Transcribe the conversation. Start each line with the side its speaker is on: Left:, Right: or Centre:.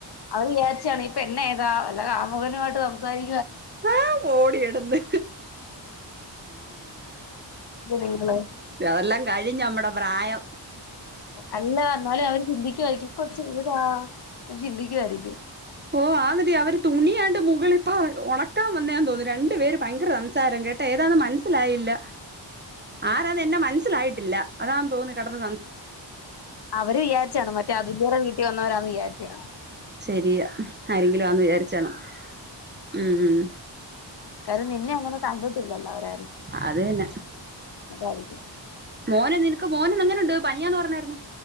Left: അവര് വിചാരിച്ചാണം ഇ പെണ്ണ് ഏതാ വല്ല കാമുകനുമായിട്ട് സംസാരി
Right: ഓ പോടിയെട്ന്ന്
Left: നിങ്ങള്
Right: അതല്ലാം കഴിഞ്ഞ് നമ്മടെ പ്രായം
Left: അല്ല എന്നാലും അവര് ചിന്തിക്കുവായിരിക്കും ഈ കൊച്ച് ഏതാ ചിന്തിക്കുവായിരിക്കും
Right: ഓ ആണെടി അവര് തുണിയാണ്ട് മുകളിപ്പ ഒണക്കാൻ വന്നേന്ന് തോന്നുന്നു രണ്ടു പേര് ഭയങ്കര സംസാരം കേട്ടെ ഏതാന്ന് മനസ്സിലായില്ല ആരാന്നെ എന്നെ മനസ്സിലായിട്ടില്ല അതാ തോന്നുന്നു കടന്നു
Left: അവര് വിചാരിച്ചാണ് മറ്റേ അതുലടെ വീട്ടിൽ വന്നവരാ വിചാരിച്ചു കാണും
Right: ശരിയാ ആരെങ്കിലും ആന്ന് വിചാരിച്ചണം ഉം ഉം
Left: കാര്യം നിന്നെ അങ്ങനെ കണ്ടിട്ടില്ലല്ലോ അവരാര്
Right: അത് തന്നെ
Left: അതായിരിക്കും
Right: മോന നിനക്ക് മോൻ അങ്ങനെുണ്ട് പനിയാന്ന് പറഞ്ഞായിരുന്നു